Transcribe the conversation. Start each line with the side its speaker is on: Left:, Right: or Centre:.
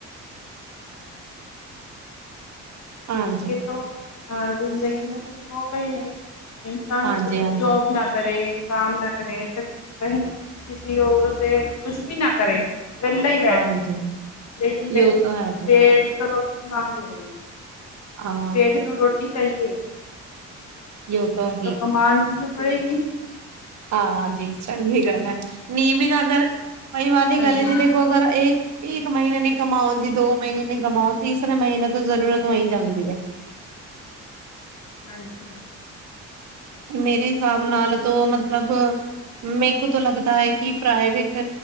Right: ਹਾਂਜੀ
Left: ਤੋਂ ਹਾਂ, ਜ਼ਿੰਦਗੀ ਮੈਂ ਕੁੱਛ ਹੋਗਾ ਹੀ ਨਹੀਂ ਇਨਸਾਨ
Right: ਹਾਂਜੀ
Left: ਕੋ
Right: ਹਾਂਜੀ
Left: ਜੋਬ ਨਾ ਕਰੇ। ਕਾਮ ਨਾ ਕਰੇ ਤੇ ਕਹੀ ਕਿਸੀ ਓਰ ਦੇ ਕੁਛ ਵੀ ਨਾ ਕਰੇ ਵੇਲਾ ਈ ਬੈਠ
Right: ਹਾਂਜੀ
Left: ਰਹੇ ਲੇਕਨ ਦੇਖੋ
Right: ਯੋ ਤਾਂ ਹੈ ਜੀ
Left: ਪੇੜ। ਟਾ ਰੋਟੀ ਮੰਗੇ ਗਾ ਈ।
Right: ਹਾਂ
Left: ਪੇਟ ਨੂੰ ਰੋਟ ਚਾਹੀਏ।
Right: ਯੋ ਤਾਂ
Left: ਤ ਕਮਾਤੀ ਤੋਂ ਪੜੇਗੀ।
Right: ਹਾਂਜੀ, ਚੰਗੀ ਗੱਲ ਐ। <unintelligible> ਪਈ ਵਾਲੀ
Left: ਹਾਂਜੀ
Right: ਗੱਲ ਐ
Left: ਹਾਂਜੀ
Right: ਜੀ ਦੇਖੋ ਅਗਰ ਇੱਕ ਇੱਕ ਮਹੀਨੇ ਨੀ ਕਮਾਉਣ ਜੀ ਦੋ ਦੋ ਮਹੀਨੇ ਨੀ ਗਮਾਉ ਤੀਸਰੇ ਮਹੀਨੇ ਤੋਂ ਜ਼ਰੂਰਤ ਹੋ ਈ ਜਾਂਦੀ ਐ
Left: ਹਾਂਜੀ, -ਹਾਂਜੀ।
Right: ਮੇਰੇ ਹਿਸਾਬ ਨਾਲ ਤੋ ਮਤਲਬ
Left: ਨੂੰ
Right: ਮੈ ਕੋ ਤੋਂ ਲੱਗ ਕਿ ਪ੍ਰਾਈਵੇਟ